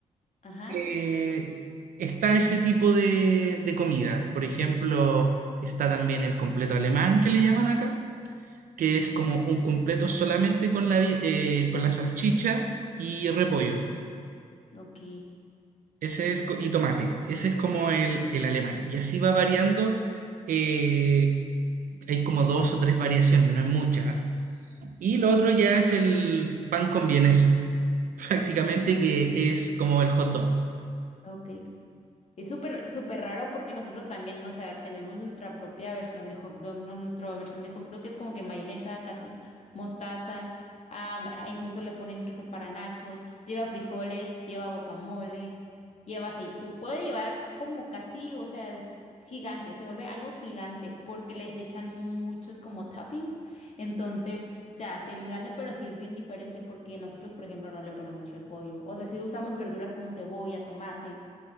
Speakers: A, on the left; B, on the right.
A: Ajá,
B: eh, está ese tipo de, de comida. Por ejemplo, está también el completo alemán que le llaman acá, que es como un completo solamente con la, vi- eh, con la salchicha y repollo.
A: ok,
B: Ese es, co- y tomate. Ese es como el, el alemán. Y así va variando. eh, hay como dos o tres variaciones, no es mucha. Y lo otro ya es el pan con vienesa, <laughs> prácticamente que es como el hot dog.
A: ok. Es súper, súper raro porque nosotros también, o sea, tenemos nuestra propia versión de hot dog, ¿no? Nuestra versión de hot dog es como que mayonesa, catsup, mostaza, am, e incluso le ponen queso para nachos, lleva frijoles, lleva guacamole, lleva aceitú, puede llevar como casi, o sea, es gigante, se vuelve algo gigante porque les echan muchos como toppings, entonces se hace bien grande, pero sí es bien diferente porque nosotros, por ejemplo, no le ponemos repollo, o sea, sí usamos verduras como cebolla, tomate